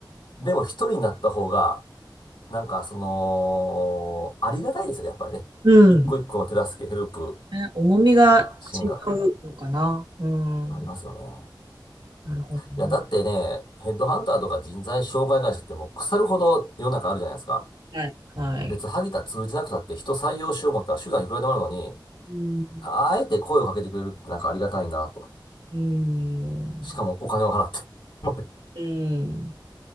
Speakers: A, on the left (about 80°); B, on the right (about 80°).
A: でも一人になった方が、なんかその、ありがたいですよね、やっぱりね。
B: うん
A: 一個一個の手助け、ヘルプ、
B: ね、重みが違うのかな。
A: 支援が
B: うん。
A: ありますよね。
B: なるほどね。
A: いや、だってね、ヘッドハンターとか人材紹介会社ってもう腐るほど世の中あるじゃないですか。
B: はい。はい。
A: 別、萩田通じなくたって人採用しよう思ったら手段いくらでもあるのに、
B: うん、
A: あえて声をかけてくれるってなんかありがたいなと。
B: うん、
A: しかもお金を払って。<laughs> まあ
B: うん、